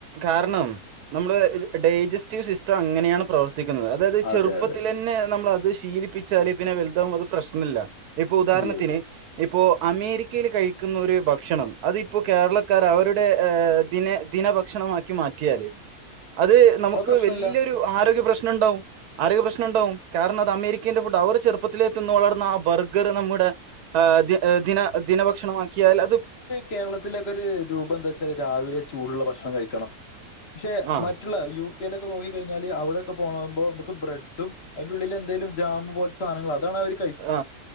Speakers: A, on the right (about 80°); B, on the left (about 50°).
A: കാരണം നമ്മളെ ഡൈജസ്റ്റീവ് സിസ്റ്റം അങ്ങനെയാണ് പ്രവർത്തിക്കുന്നത്. അതായത്
B: അതെ
A: ചെറുപ്പത്തിലന്നെ
B: അതെ
A: നമ്മളത് ശീലിപ്പിച്ചാല് പിന്നെ വലുതാവുമ്പോ അത് പ്രശ്നല്ല. ഇപ്പൊ ഉദാഹരണത്തിന്,
B: ഇല്ല ഇല്ല
A: ഇപ്പോ അമേരിക്കയിൽ കഴിക്കുന്നൊര് ഭക്ഷണം അതിപ്പോ കേരളത്തി. ക്കാരവരുടെ ദിന ദിന ഭക്ഷണമാക്കി മാറ്റിയാല് അത് നമുക്ക്
B: അത് പ്രശ്നല്ല
A: വല്യ. ഒരു ആരോഗ്യ പ്രശ്നണ്ടാവും. ആരോഗ്യ പ്രശ്നം ഉണ്ടാവും കാരണം അത് അമേരിക്കന്റെ ഫുഡ. അവർ ചെറുപ്പത്തിലെ തിന്നുവളർന്ന ആ ബർഗർ നമ്മുടെ. ആഹ് ദ് ദിന ദിന ഭക്ഷണമാക്കിയാലത്.
B: കേരളത്തിലൊക്കെരു രൂപെന്താച്ചാല് രാവിലെ ചൂടുള്ള ഭക്ഷണം കഴിക്കണം പക്ഷെ
A: ആഹ്
B: മറ്റ്. ളേ യു കെയിലൊക്കെ നോക്കി കഴിഞ്ഞല് അവിടെക്കെ പോകുമ്പോ നമക്ക് ബ്രെഡും അയിന്റെള്ളിൽ എന്തേലും ജാം പോലെ. സാനങ്ങൾതാണവര്.
A: ആ